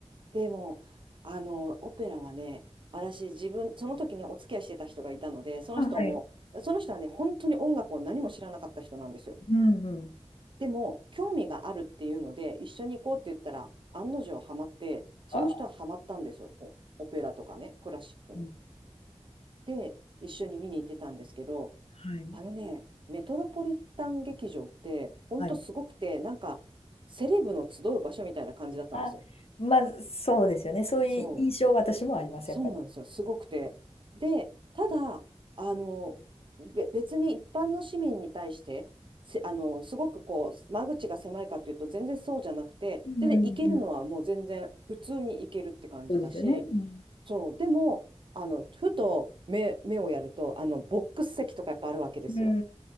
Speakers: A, on the right; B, on the left.
A: でも、あの、オペラはね、私、自分、その時にお付き合いしてた人がいたので、その人も、
B: あ、はい。
A: その人はね、本当に音楽を何も知らなかった人なんですよ。
B: うんうん。
A: でも、興味があるっていうので、一緒に行こうって言ったら、案の定ハマって、その人はハマったんですよ。
B: あ、
A: おオペラとかね、クラシックに。
B: うん
A: で、一緒に見に行ってたんですけど、
B: はい。
A: あのね、メトロポリタン劇場って、ほんとすごくて、
B: はい。
A: なんか、セレブの集う場所みたいな感じだったんですよ。
B: あ、まあ、そうですよね。そういう印象は私もあります、
A: そう、そうなんですよ。
B: やっぱり。
A: すごくて。で、ただ、あの、べ別に一般の市民に対して、せあの、すごくこう、間口が狭いかっていうと、全然そうじゃなくて、
B: うんうんうん。
A: 全然行けるのはもう全然普通に行けるって感じだし、
B: そうですよね。うん。
A: そう、でも、あの、ふと目、目をやると、あの、ボックス席とかやっぱあるわけですよ。
B: うんう